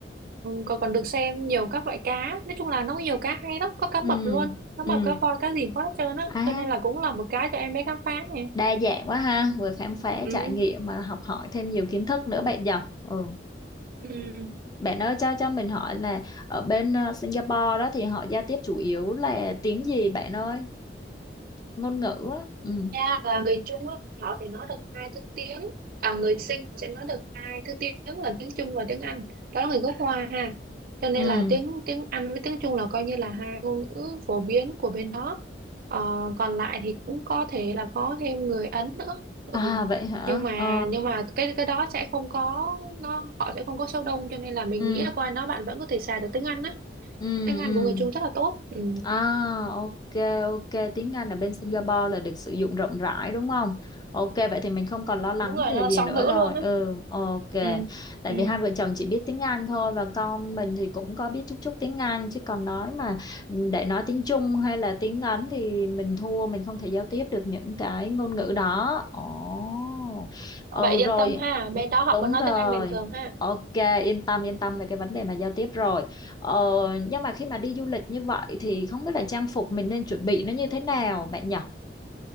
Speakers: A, on the right; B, on the left.
A: còn còn được xem nhiều các loại cá nói chung là nó có nhiều cá hay lắm có cá
B: ừ
A: mập luôn cá mập
B: ừ
A: cá voi cá gì có hết trơn á
B: à
A: cho nên là cũng là một cái cho em bé khám phá này
B: đa dạng quá ha vừa khám phá
A: Ừ.
B: trải nghiệm mà học hỏi thêm nhiều kiến thức nữa bạn nhỉ ừ
A: Ừ.
B: Bạn ơi cho cho mình hỏi là ở bên ờ, Singapore đó thì họ giao tiếp chủ yếu là tiếng gì bạn ơi? Ngôn ngữ á. Ừ.
A: Dạ, và người Trung á, họ thì nói được hai thứ tiếng à, người Sinh sẽ nói được hai thứ tiếng là tiếng Trung và tiếng Anh đó là người gốc Hoa ha cho nên
B: Ừ.
A: là tiếng tiếng Anh với tiếng Trung là coi như là hai ngôn ngữ phổ biến của bên đó Ờ, còn lại thì cũng có thể là có thêm người Ấn nữa ừ.
B: À vậy hả?
A: nhưng mà
B: Ờ.
A: nhưng mà cái cái đó sẽ không có nó họ sẽ không có số đông cho nên là mình
B: Ừ.
A: nghĩ là qua đó bạn vẫn có thể xài được tiếng Anh á
B: Ừ.
A: tiếng Anh
B: Ừ.
A: của người Trung rất là tốt ừ.
B: À, ok, ok. Tiếng Anh ở bên Singapore là được sử dụng rộng rãi đúng không? Ok, vậy thì mình không còn lo lắng
A: đúng rồi
B: điều
A: nó
B: gì
A: là song
B: nữa
A: ngữ
B: rồi.
A: luôn á
B: Ừ, ok.
A: ừ.
B: Tại
A: Ừ.
B: vì hai vợ chồng chỉ biết tiếng Anh thôi và con mình thì cũng có biết chút chút tiếng Anh chứ còn nói mà để nói tiếng Trung hay là tiếng Ấn thì mình thua, mình không thể giao tiếp được những cái ngôn ngữ đó. Ồ, ừ
A: Vậy yên
B: rồi,
A: tâm ha, bên đó họ
B: đúng
A: vẫn nói
B: rồi.
A: tiếng Anh bình thường ha.
B: Ok, yên tâm, yên tâm về cái vấn đề mà giao tiếp rồi. Ờ, nhưng mà khi mà đi du lịch như vậy thì không biết là trang phục mình nên chuẩn bị nó như thế nào bạn nhỉ?